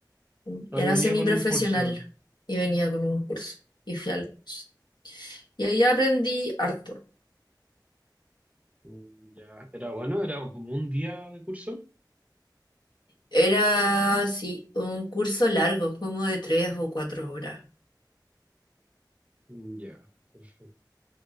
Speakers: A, on the left (about 70°); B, on the right (about 15°).
A: y
B: Ahí
A: era
B: venía
A: semiprofesional
B: con un curso.
A: y venía con un curso y fui al curso. Y ahí aprendí harto.
B: Mm, Ya, era bueno, era como un día de curso.
A: Era, sí, un curso largo, como de tres o cuatro horas.
B: Mm, Ya, perfecto,